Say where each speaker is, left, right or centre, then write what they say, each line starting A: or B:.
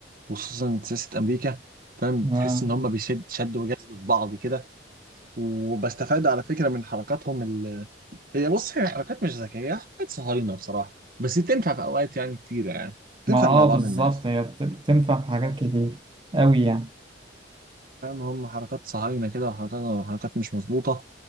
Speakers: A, on the right (about 50°); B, on the right (about 25°).
A: وخصوصا سياسه امريكا فاهم تحس
B: اه
A: ان هم بيشد شد وجذب في بعض كده وبستفاد على فكره من حركاتهم ال... هي بص هي حركات مش ذكيه حركات صهاينه بصراحه بس تنفع في اوقات يعني كتيره يعني تنفع
B: ما اه
A: مع بعض
B: بالظبط
A: الناس
B: هي بت- بتنفع في حاجات كتير قوي يعني
A: فاهم هم حركات صهاينه كده وحركات حركات مش مظبوطه